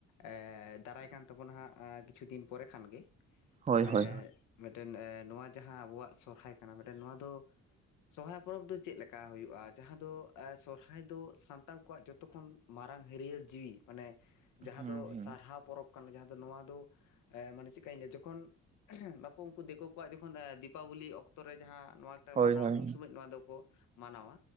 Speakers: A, on the left; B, on the right.
A: ᱮᱸᱻ ᱫᱟᱨᱟᱭ ᱠᱟᱱ ᱛᱟᱵᱚᱱᱟ ᱦᱟᱸᱜ ᱠᱤᱪᱷᱩ ᱫᱤᱱ ᱯᱚᱨᱮ ᱠᱷᱟᱱ ᱜᱮ
B: ᱦᱳᱭ
A: ᱮᱸᱜ
B: ᱦᱳᱭ
A: ᱢᱮᱜᱴᱮᱱ ᱮ ᱱᱚᱣᱟ ᱡᱟᱦᱟᱸ ᱟᱵᱚᱣᱟᱜ ᱥᱚᱨᱦᱟᱭ ᱠᱟᱱᱟ ᱢᱮᱜᱴᱮᱱ ᱱᱚᱣᱟ ᱫᱚ ᱥᱚᱨᱦᱟᱭ ᱯᱚᱨᱚᱵᱽ ᱫᱚ ᱪᱮᱫ ᱞᱮᱠᱟ ᱦᱩᱭᱩᱜᱼᱟ ᱡᱟᱦᱟᱸ ᱫᱚ ᱥᱚᱨᱦᱟᱭ ᱫᱚ ᱥᱟᱱᱛᱟᱲ ᱠᱚᱣᱟᱜ ᱡᱚᱛᱚ ᱠᱷᱚᱱ ᱢᱟᱨᱟᱝ ᱦᱟᱹᱨᱭᱟᱹᱨ ᱡᱤᱣᱤ ᱢᱟᱱᱮ
B: ᱦᱩᱸ
A: ᱡᱟᱦᱟᱸ ᱫᱚ
B: ᱦᱩᱸ
A: ᱥᱟᱨᱦᱟᱣ ᱯᱚᱨᱚᱵᱽ᱾ ᱠᱟᱱᱟ ᱡᱟᱦᱟᱸ ᱫᱚ ᱱᱚᱣᱟ ᱫᱚ ᱮᱸ ᱢᱟᱱᱮ ᱪᱮᱜ ᱠᱟᱧ ᱞᱮᱭᱟ ᱡᱚᱠᱷᱚᱱ ᱵᱟᱠᱚ ᱩᱝᱠᱩ ᱫᱤᱠᱳ ᱠᱚᱣᱟᱜ ᱡᱚᱠᱷᱚᱱ ᱮᱸ ᱫᱤᱯᱟᱵᱚᱞᱤ ᱚᱠᱛᱚ ᱨᱮ ᱡᱟᱦᱟᱸ ᱱᱚᱣᱟ
B: ᱦᱳᱭ
A: ᱢᱟᱱᱟᱣ
B: ᱦᱳᱭ
A: ᱩᱱ ᱥᱚᱢᱚᱡ ᱱᱚᱣᱟ ᱫᱚᱠᱚ ᱢᱟᱱᱟᱣᱟ